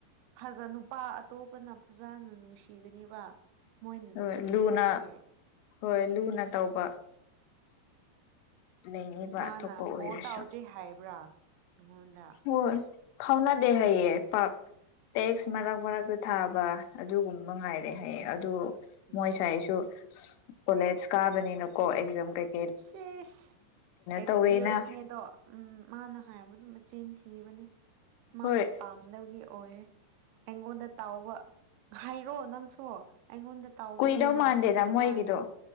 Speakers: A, on the right; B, on the left.
A: ꯐꯖ ꯅꯨꯄꯥ ꯑꯇꯣꯞꯄꯅ ꯐꯖꯅ ꯅꯨꯡꯁꯤꯒꯅꯦꯕ꯫ ꯃꯣꯏꯅ
B: ꯍꯣꯏ
A: ꯅꯨꯡꯁꯤꯗꯔꯗꯤ꯫
B: ꯂꯨꯅ ꯍꯣꯏ ꯂꯨꯅ ꯇꯧꯕ꯫ ꯂꯩꯅꯤꯕ
A: ꯃꯥꯅ
B: ꯑꯇꯣꯞꯄ ꯑꯣꯏꯔꯁꯨ
A: ꯀꯣꯜ ꯇꯧꯗ꯭ꯔꯤ ꯍꯥꯏꯕ꯭ꯔꯥ ꯅꯉꯣꯟꯗ꯫
B: ꯍꯣꯏ ꯐꯥꯎꯅꯗꯦ ꯍꯥꯏꯌꯦ ꯄꯥꯛ꯫ ꯇꯦꯛꯁ ꯃꯔꯛ ꯃꯔꯛꯇ ꯊꯥꯕ ꯑꯗꯨꯒꯨꯝꯕ ꯉꯥꯏꯔꯦ ꯍꯥꯏꯌꯦ ꯑꯗꯨ꯫
A: ꯎꯝ
B: ꯃꯣꯏꯁꯥꯏꯁꯨ ꯀꯣꯂꯦꯖ ꯀꯥꯕꯅꯤꯅꯀꯣ ꯑꯦꯛꯖꯥꯝ ꯀꯩꯩ
A: ꯁꯤꯁ ꯑꯦꯛꯁꯀ꯭ꯌꯨꯁꯅꯦꯗꯣ
B: ꯇꯧꯋꯦꯅ
A: ꯎꯝ ꯃꯥꯅ ꯍꯥꯏꯕꯗꯨ ꯃꯆꯤꯟ ꯊꯤ ꯊꯤꯕꯅꯤ ꯃꯥꯅ
B: ꯍꯣꯏ
A: ꯄꯥꯝꯗꯕꯒꯤ ꯑꯣꯏꯔꯦ ꯑꯩꯉꯣꯟꯗ ꯇꯥꯎꯕ ꯍꯥꯏꯔꯣ ꯅꯪꯁꯨ ꯑꯩꯉꯣꯟꯗ ꯇꯥꯎꯕꯗꯣ
B: ꯀꯨꯏꯗꯧ
A: ꯅꯪ
B: ꯃꯥꯟꯗꯦꯗ
A: ꯆꯞ
B: ꯃꯣꯏꯒꯤꯗꯣ
A: ꯃꯥꯟꯅ